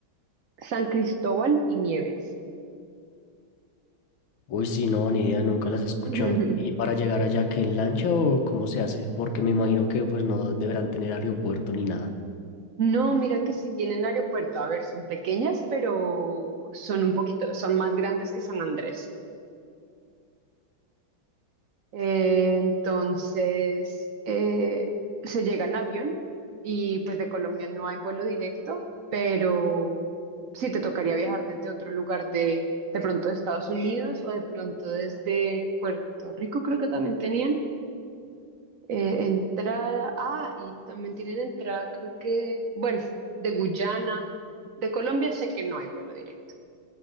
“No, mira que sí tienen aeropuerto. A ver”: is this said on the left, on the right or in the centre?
Right